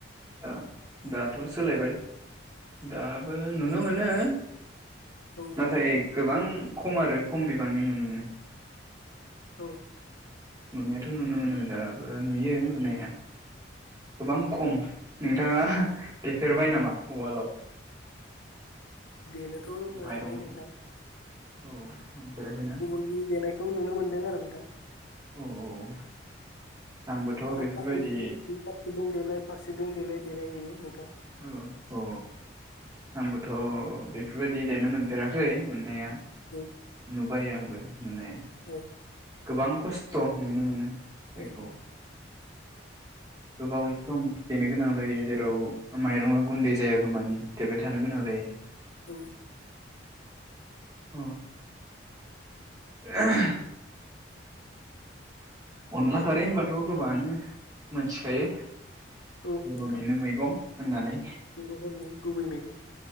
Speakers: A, on the right; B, on the left.
A: दा दाथ' सोलायबाय दाबो नुनो मोनो
B: औ
A: नाथाय गोबां खम आरो खम बिबांनि नुनो मोनो
B: औ
A: नुनायाथ' नुनो मोनो दाबो नुयो नुनाया गोबां खम नोंथाङा देफेरबाय नामा उवालाव
B: देनोथ' मोनाखै
A: माइरंखौ
B: नोंथां
A: औ मोनफेराखैना
B: गुबुननि देनायखौ नुनो मोन दों आरो नोंथां
A: औ औ आंबोथ'
B: आखाइ
A: बेफोरबायदि
B: फारनै जों देलाय आखाइ फारसेजोंं देलाय देनाय नुयो नोंथां
A: औ औ आंबोथ' बेफोरबायदि देनो मोनफेराखै मोननाया
B: औ
A: नुबाय आंखौ नुनाया
B: औ
A: गोबां खस्थ' नुनो मोनो बेखौ
B: औ
A: गोबाव सम देनो गोनां जायो जेराव माइरंआ गुन्दै जायागौ मानि देरबाय थानो गोनां जायो
B: औ
A: औ <inaudible> अनला खारै होनबाथ' गोबाङानो मोनथिखायो
B: औ
A: बर'निनो
B: नोंथां
A: मैगं होननानै
B: बर'फोरनि गुबै मैगं